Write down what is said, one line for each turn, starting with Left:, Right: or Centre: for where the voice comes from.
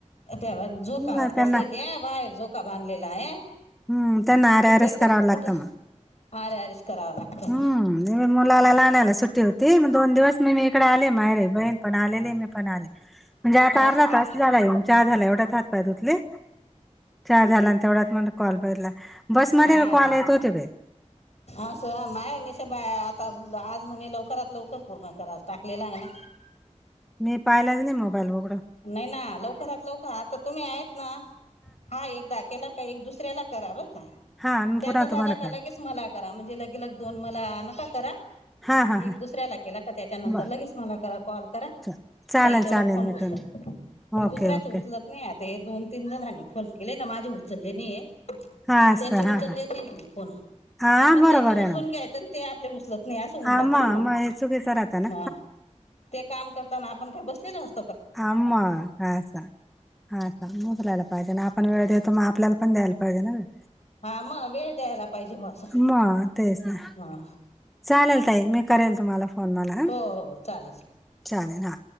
Left: त्या बा झोका
Centre: मला
Left: वर
Centre: त्यांना
Left: बसले ते, बाहेर झो का बांधलेला आहे.
Centre: हू त्याना आरे
Left: तर
Centre: आरेच
Left: ते कट
Centre: करावं लागतं
Left: कुठ
Centre: मग.
Left: आरे आरेच करावं लागतं
Centre: हं
Left: ना
Centre: नहीं बयी मुलाला लाहाण्याला सुट्टी होती, मग दोन दिवस मीनी इकडे आले माहेरी बहीण पण आलेली म्या पण आले, म्हणजे आता
Left: असं
Centre: अर्धा
Left: का
Centre: तास झाला येऊन, चहा झाला ऐवढ्यात हात- पाय धुतले. चहा झाला अन तेवढ्यात म्हणलं कॉल बघितला, बस मध्ये
Left: हा
Centre: बी कॉल
Left: हा.
Centre: येत होते बाई.
Left: असं अ माय निसते भ आता आज म्हणे लवकरात लवकर पूर्ण करा टाकलेला आहे ना.
Centre: मी पायलाच नाही मोबाईल एवढं.
Left: नाही ना, लवकरात लवकर आता तुम्ही आहेत ना हा, एकदा केला का एक दुसऱ्याना करा बर का.
Centre: हा आणि
Left: त्याचा
Centre: पुन्हा
Left: झाला
Centre: तुम्हाला
Left: का
Centre: कर
Left: लगेच मला करा, म्हणजे लगे-लग दोन मला नका करा.
Centre: हा हा
Left: एक
Centre: हा
Left: दुसऱ्याला केला का त्याच्यानंतर
Centre: बर
Left: लगेच मला करा कॉल करा,
Centre: चल चालेल
Left: ताई तेवढा
Centre: चालेल
Left: फोन
Centre: मिटून
Left: उचला. मी
Centre: ओके
Left: दुसराचे
Centre: ओके
Left: उचलत नाही आता, ये दोन- तीन जणांनी फोन केले ना माझे उचले नाहीये.
Centre: हा असं
Left: त्यांचे उचलेच
Centre: हा हा
Left: नहित मी फोन,
Centre: हा
Left: आपण
Centre: बरोबर
Left: त्यांचे
Centre: आहे
Left: उचलून
Centre: ना
Left: घ्यायचं, अन ते आपले उचलत नाय असं होऊन
Centre: आम्हा
Left: जातं ना
Centre: आम्हा
Left: मग,
Centre: हे चुकीचं राहतं ना
Left: मग ते काम करता-ना आपण का बसलेलं अस
Centre: हा मं. हा का? <unintelligible> पाहिजे अन आपण वेळ देतो मग आपल्याला पण द्यायला पाहिजे ना वेळ.
Left: हा मग वेळ द्यायला पाहिजे ब असं
Centre: <inaudible> मं तेच ना.
Left: हा
Centre: चालेल ताई मी करेल तुम्हाला. फोन मला हं.
Left: हो- हो, चालेल चा
Centre: चालेल हा